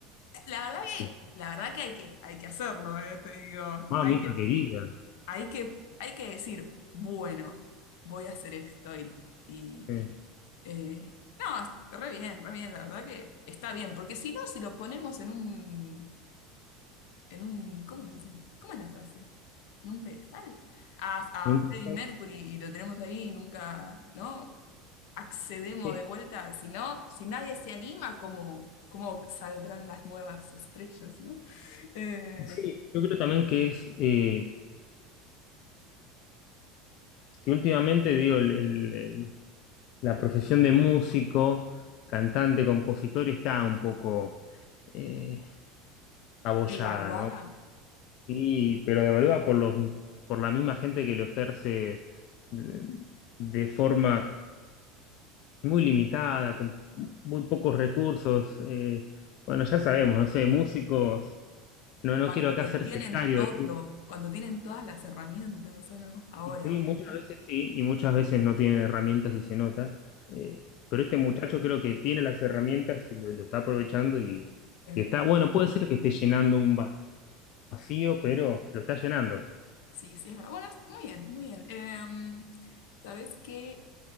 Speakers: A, on the left (about 70°); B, on the left (about 55°).
A: La verdad que,
B: Sí.
A: la verdad que hay que, hay que hacerlo, eh, te digo.
B: Mamita
A: Hay que,
B: querida.
A: hay que, hay que decir, bueno, voy a hacer esto y, y
B: Sí.
A: Eh, no, es- re bien, re bien, la verdad que está bien, porque si no, si lo ponemos en un, en un, ¿cómo se dice? ¿Cómo es la frase? En un pedestal. A,
B: Un
A: a Freddie
B: placer.
A: Mercury y lo tenemos ahí y nunca, ¿no? Accedemos
B: Eh,
A: de vuelta, si no, si nadie se anima, ¿cómo, cómo saldrán las nuevas estrellas, ¿no? Eh,
B: Sí, yo creo también que es eh, que últimamente digo el- el- el- la profesión de músico, cantante, compositor está un poco eh, abollada,
A: devaluada.
B: ¿no? Y, pero devaluada por los, por la misma gente que lo ejerce de, de forma muy limitada, con muy pocos recursos. eh, bueno, ya sabemos, no sé, músicos, no, no
A: Cuando
B: quiero acá
A: lo
B: ser
A: tienen
B: sectario,
A: todo, cuando tienen todas las herramientas, ¿o no? Ahora,
B: Y sí,
A: hoy
B: muchas
A: en día.
B: veces sí, y muchas veces no tienen herramientas y se nota. eh, pero este muchacho creo que tiene las herramientas y lo, lo está aprovechando y,
A: Es verdad.
B: y está, bueno, puede ser que esté llenando un va- vacío, pero lo está llenando.
A: Sí, sí, es verdad. Bueno, es- muy bien, muy bien. Em, ¿sabes qué?